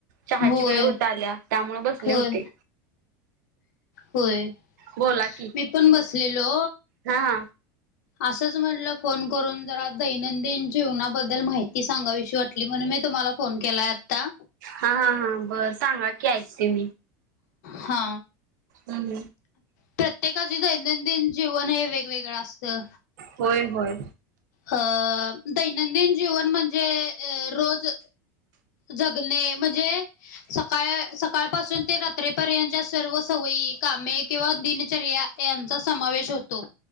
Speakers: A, on the right; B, on the left.
A: चहाची
B: होय
A: वेळ होत आल्या त्यामुळे बसले
B: होय
A: होते
B: होय?
A: बोला की
B: मी पण बसलेलो
A: हा
B: असंच म्हटलं फोन करून जरा दैनंदिन जीवनाबद्दल माहिती सांगावीशी गाशी वाटली म्हणून मी तुम्हाला फोन केलाय आता
A: हा हा बर सांगा की ऐकते
B: हा
A: हम
B: प्रत्येकाचे दैनंदिन जीवन हे वेगवेगळं असतं
A: होय, होय
B: अ दैनंदिन जीवन म्हणजे रोज जगणे म्हणजे सकाळ सकाळपासून ते रात्रीपर्यंतच्या सर्व सवयी कामे किंवा दिनचर्या यांचा समावेश होतो